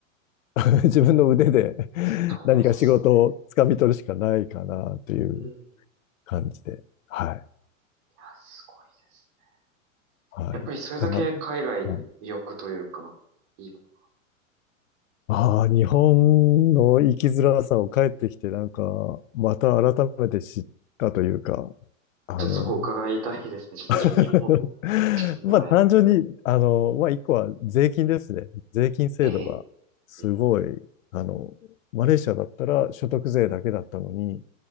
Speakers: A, on the left (about 80°); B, on the right (about 45°).
A: う <laughs> 自分の腕で <laughs>
B: そうです
A: 何か仕事を掴み取るしかないかなという
B: ね。うん。
A: 感じで。はい。
B: いや、すごいですね。
A: はい。
B: やっぱりそれだけ海外に魅力というか、
A: ただ、うん
B: いいもの。
A: ああ、日本の生きづらさを帰ってきて、なんか、また改めて知ったというか、あの、
B: ちょっとそこを伺いたいですね。ちょっと自分日本に
A: <laughs>
B: しか住んでないので。
A: まあ単純に、あの、まあ一個は税金ですね。税金制度がすごい、
B: ええ、ええ、
A: あの、マレーシアだったら所得税だけだったのに、